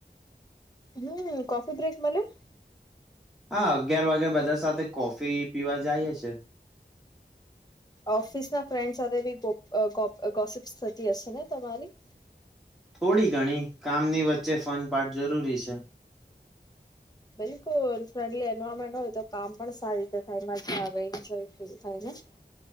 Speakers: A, on the left; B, in the centre.
A: હમ્ કફી બ્રેક મલે?
B: હા અગિયાર વાગે બધા સાથે કોફી પીવા જઈ છે.
A: ઓફિસના ફ્રેન્ડ સાથે બી ગોફિક થતી હશે ને તમારી?
B: થોડી ઘણી કામની વચ્ચે ફન પાટ જરૂરી છે.
A: બિલકુલ ફ્રેન્ડલી એન્વાયરમેન્ટ હોય તો કામ પણ સારી છે થાય મજા આવે એજોય ફલ થાય ને?